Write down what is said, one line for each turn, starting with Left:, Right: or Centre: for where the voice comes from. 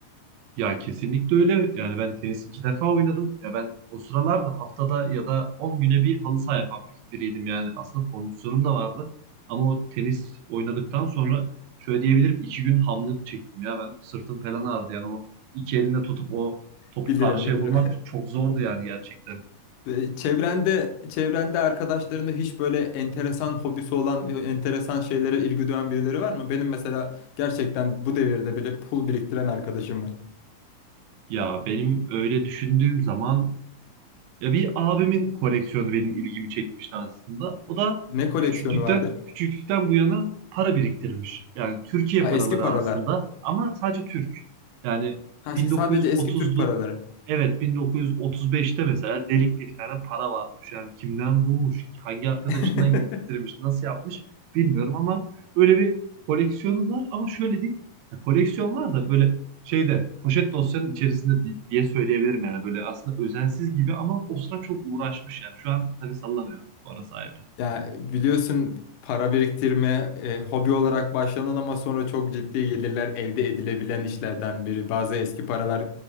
Right: Ya kesinlikle öyle. Yani ben tenis iki defa oynadım. Ya ben o sıralarda haftada ya da 10 güne bir halı saha yapan bir- biriydim. Yani aslında kondisyonum da vardı. Ama o tenis oynadıktan sonra şöyle diyebilirim iki gün hamlık çektim ya ben. Sırtım falan ağrıdı. Yani o iki elinde tutup o topu
Left: Bilirim
Right: karşıya
Left: bilirim.
Right: vurmak
Left: <laughs>
Right: çok zordu yani gerçekten.
Left: Ve Çevrende, çevrende arkadaşlarında hiç böyle enteresan hobisi olan, ya enteresan şeylere ilgi duyan birileri var mı? Benim mesela gerçekten bu devirde bile pul biriktiren arkadaşım var.
Right: Ya benim öyle düşündüğüm zaman Ya bir abimin koleksiyonu benim ilgimi çekmişti aslında. O da
Left: Ne koleksiyonu
Right: küçüklükten
Left: vardı?
Right: küçüklükten bu yana para biriktirmiş. Yani Türkiye
Left: Aa,
Right: paraları
Left: eski paralar.
Right: aslında ama sadece Türk. Yani
Left: Ha,
Right: 1930'lu
Left: sadece eski Türk paraları.
Right: evet 1935'te mesela delikli bir tane para varmış. Yani kimden bulmuş, hangi arkadaşından
Left: <laughs>
Right: getirmiş, nasıl yapmış bilmiyorum ama öyle bir koleksiyonu var ama şöyle değil. Ya koleksiyon var da böyle şeyde poşet dosyanın içerisinde di- diye söyleyebilirim yani böyle aslında özensiz gibi ama o sıra çok uğraşmış yani şu an tabii sallanıyor bu arası ayrı.
Left: Ya biliyorsun para biriktirme e, hobi olarak başlanan ama sonra çok ciddi gelirler elde edilebilen işlerden biri. Bazı eski paralar